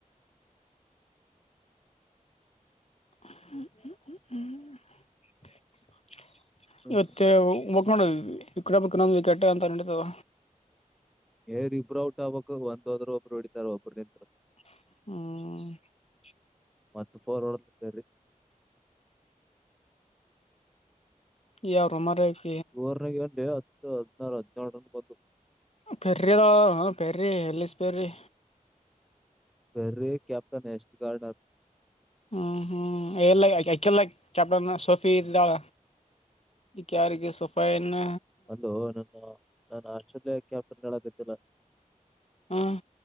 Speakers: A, on the left; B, in the centre.
A: <inaudible>
B: ಹ್ಮ್
A: ಇವತ್ತೆಕ್
B: ಹ್ಮ್.
A: ನೋಡ <unintelligible> ಈ ಕೆಟ್ಟ ಅಂತ ನೆಡಿತಾದ
B: ಏ ಇಬ್ರು ಔಟ್ ಆಗ್ಬೇಕು ಒಂದ ಹೋದ್ರರು ಒಬ್ರು ಹೊಡಿತಾರೆ ಒಬ್ರು ನಿಂತರು
A: ಹ್ಮ
B: ಮತ್ತ ಪೋರ್ ಹೋಡಿದ್ಲು ಪೇರಿ
A: <unintelligible>
B: <unintelligible> ಹತ್ತು ಹದಿನಾರು ಹದಿನೇಳು ರನ್ ಬಂದು
A: ಪೆರಿದ Perry Ellyse Perry
B: berry captain ಎಷ್ಟ್ ಗಾರ್ಡ್ನರ್
A: ಹ್ಮ್ ಹ್ಮ್ ಇಲ್ಲ ಅಕಿಲ್ಲ ಆಕಿ ಕ್ಯಾಪ್ಟನ್ ಸೋಫಿ ಇದ್ದಾಳ ಈಗ ಯಾರಿಗೆ ಸೋಫಯೆನ್ನ
B: ಅಲ್ಲ ನನ್ನ ನಾನು ಆಸ್ಟ್ರೇಲಿಯಾ ಕ್ಯಾಪ್ಟನ್ ಹೇಳಾಕಾತ್ತಿಲ್ಲ
A: ಹ್ಮ